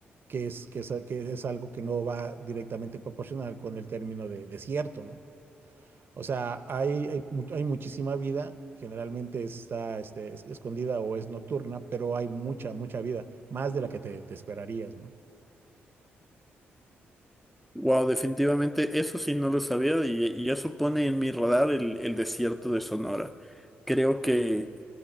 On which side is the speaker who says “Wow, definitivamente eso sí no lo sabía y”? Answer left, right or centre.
Centre